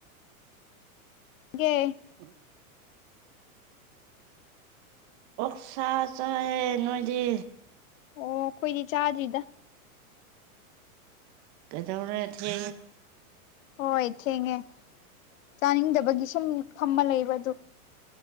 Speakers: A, on the left (about 65°); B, on the right (about 35°).
A: ꯦ
B: ꯎ ꯑꯣꯛꯁꯥ ꯆꯥꯏꯦ ꯅꯣꯏꯗꯤ
A: ꯑꯣ ꯑꯩꯈꯣꯏꯗꯤ ꯆꯥꯗ꯭ꯔꯤꯗ
B: ꯀꯩꯗꯧꯔ ꯊꯦ
A: ꯍꯣꯏ ꯊꯦꯡꯉꯦ ꯆꯥꯅꯤꯡꯗꯕꯒꯤ ꯁꯨꯝ ꯐꯝꯕ ꯂꯩꯕ ꯑꯗꯨ